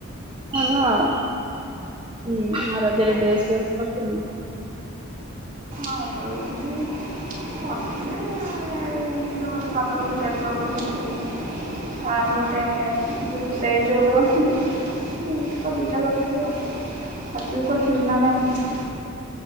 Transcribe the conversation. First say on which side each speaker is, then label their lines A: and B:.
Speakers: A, on the right (about 20°); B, on the right (about 40°).
A: ଭଲ ଆଉ। ହୁଁ ଆଉ ରଜ ରେ ଡ୍ରେସ ଫ୍ରେସ କରିଥିଲୁ ନା।
B: ହଁ କରିଥିଲି କରଥିଲି ଇ ଈ ଇ ସିଏ ଯୋଉ ଗୋଟେ ସମ୍ବଲପୁର ଟାଇପ୍ ର ଗୋଟେ କରିଥିଲି। ତାପରେ ଗୋଟେ ଯୋଉ ସେଟ୍ ଗୋଟେ କରିଥିଲି। <unintelligible> ଦିଟା କରିଥିଲି ଆଉ ତୁ କରିଥିଲୁ ନା ନାହିଁ?